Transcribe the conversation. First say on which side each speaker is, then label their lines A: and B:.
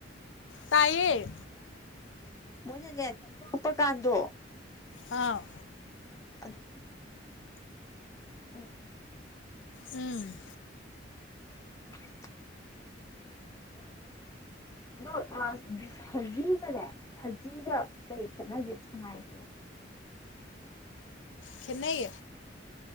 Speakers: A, on the left; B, on the left.
A: ꯇꯥꯏꯌꯦ
B: ꯃꯅꯦ ꯆ ꯆꯄ ꯀꯥꯟꯗ
A: ꯑꯥ
B: ꯑꯗꯨ ꯎ
A: ꯎꯝ
B: <unintelligible> ꯅ ꯁꯖꯤꯒꯅꯦ ꯁꯖꯤꯒ ꯀꯩ ꯈꯦꯠꯅꯒꯦ ꯁꯉꯥꯏꯁꯤꯒ <inaudible>
A: ꯈꯦꯠꯅꯩ